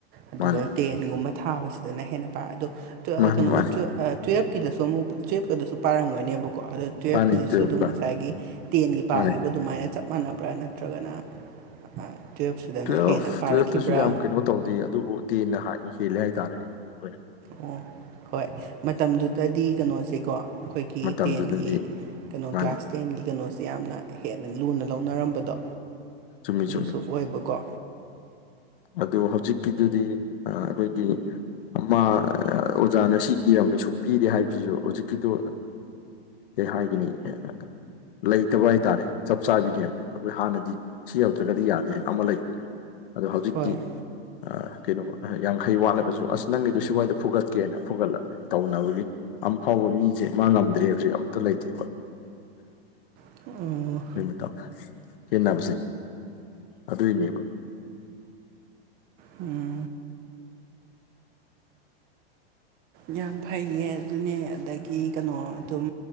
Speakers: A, on the right; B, on the left.
A: ꯑꯗꯨꯒ
B: ꯃꯥꯅꯤ
A: ꯇꯦꯟꯒꯨꯝꯕ ꯊꯥꯕꯁꯤꯗꯅ ꯍꯦꯟꯅ ꯄꯥꯏ ꯑꯗꯣ ꯇꯨ
B: ꯃꯥꯅꯤ
A: ꯀꯩꯅꯣꯒꯤ
B: ꯃꯥꯅꯤ
A: ꯇꯨ ꯑ ꯇꯨꯏꯋꯦꯞꯀꯤꯗꯁꯨ ꯑꯃꯨꯛ ꯇꯨꯏꯋꯦꯞꯀꯤꯗꯁꯨ ꯄꯥꯏꯔꯝꯒꯅꯦꯕꯀꯣ ꯑꯗꯣ ꯇꯨꯋꯦꯞꯀꯤꯗꯨꯁꯨ
B: ꯃꯥꯅꯤ ꯇꯨꯌꯦꯜꯐꯀ
A: ꯑꯗꯨꯝ ꯉꯁꯥꯏꯒꯤ ꯇꯦꯟꯒꯤ ꯄꯥꯒꯤꯕ
B: ꯃꯥꯅꯦ
A: ꯑꯗꯨꯃꯥꯏꯅ ꯆꯞ ꯃꯥꯟꯅꯕ꯭ꯔꯥ ꯅꯠꯇ꯭ꯔꯒꯅ ꯑ ꯇꯨꯋꯦꯞꯁꯤꯗꯅ
B: ꯇꯨꯌꯦꯜꯐ
A: ꯍꯦꯟꯅ ꯄꯥꯔꯛꯈꯤꯕ꯭ꯔꯥ
B: ꯇꯨꯌꯦꯜꯐꯇꯁꯨ ꯌꯥꯝ ꯀꯩꯅꯣ ꯇꯧꯗꯦ ꯑꯗꯨꯕꯨ ꯇꯦꯟꯅ ꯍꯥꯟ ꯍꯦꯜꯂꯦ ꯍꯥꯏꯇꯥꯔꯦ ꯑꯩ
A: ꯑꯣ ꯍꯣꯏ ꯃꯇꯝꯗꯨꯗꯗꯤ ꯀꯩꯅꯣꯁꯦꯀꯣ ꯑꯩꯈꯣꯏꯒꯤ
B: ꯃꯇꯝꯗꯨꯗꯗꯤ
A: ꯇꯦꯟꯒꯤ ꯀꯩꯅꯣ
B: ꯃꯥꯅꯤ
A: ꯀ꯭ꯂꯥꯁ ꯇꯦꯟꯒꯤ ꯀꯩꯅꯣꯁꯦ ꯌꯥꯝꯅ ꯍꯦꯟꯅ ꯂꯨꯅ ꯂꯧꯅꯔꯝꯕꯗꯣ
B: ꯆꯨꯝꯃꯤ
A: ꯑꯗꯨꯁꯨ
B: ꯆꯨꯝꯃꯤ
A: ꯑꯣꯏꯕꯀꯣ
B: ꯑꯗꯨ ꯍꯧꯖꯤꯛꯀꯤꯗꯨꯗꯤ ꯑꯥ ꯑꯩꯈꯣꯏꯒꯤ ꯃꯥ ꯑꯣꯖꯥꯅ ꯁꯤ ꯏꯔꯝꯃꯦ ꯁꯨꯛꯄꯤꯔꯦ ꯍꯥꯏꯕꯁꯤꯁꯨ ꯍꯧꯖꯤꯛꯀꯤꯗꯣ ꯀꯩ ꯍꯥꯏꯒꯅꯤ <unintelligible> ꯂꯩꯇꯕ ꯍꯥꯏꯇꯥꯔꯦ ꯆꯞ ꯆꯥꯕꯤꯅꯦ ꯑꯩꯈꯣꯏ ꯍꯥꯟꯅꯗꯤ ꯁꯤ ꯌꯧꯗ꯭ꯔꯥꯒꯗꯤ ꯌꯥꯗꯦ ꯍꯥꯏꯅ ꯑꯃ ꯂꯩꯕꯅꯦꯕ ꯑꯗꯨ ꯍꯧ
A: ꯍꯣꯏ
B: ꯑꯥ ꯀꯩꯅꯣ ꯌꯥꯡꯈꯩ ꯋꯥꯠꯂꯒꯥꯖꯨ ꯑꯁ ꯅꯪꯒꯤꯗꯨ ꯁꯨꯋꯥꯏꯗꯥ ꯐꯨꯒꯠꯀꯦꯅ ꯐꯨꯒꯠꯂꯥ ꯇꯧꯅꯕꯒꯤ ꯑꯝ ꯐꯥꯎꯕ ꯃꯤꯖꯦ ꯃꯥ ꯉꯝꯗ꯭ꯔꯦ ꯍꯧꯖꯤꯛ ꯑꯝꯇꯥ ꯂꯩꯇꯦꯕ
A: <unintelligible>
B: ꯑꯩ ꯃꯇꯝ ꯈꯦꯟꯅꯕꯁꯦ ꯑꯗꯨꯏꯅꯦꯕ
A: ꯍꯝ ꯌꯥꯝ ꯐꯩꯌꯦ ꯑꯗꯨꯅꯦ ꯑꯗꯒꯤ ꯀꯥꯅꯣ ꯑꯗꯨꯝ